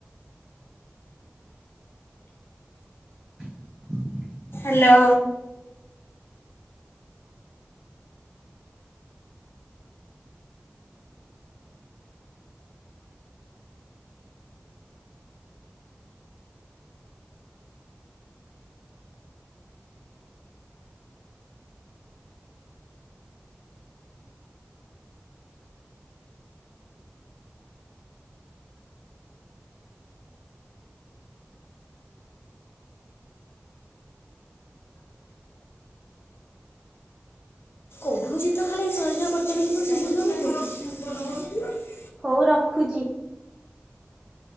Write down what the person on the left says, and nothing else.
ହାଲୋ। କହୁଛି ତ ଖାଲି ସହଯୋଗ କରୁଛ ବୋଲି <unintelligible>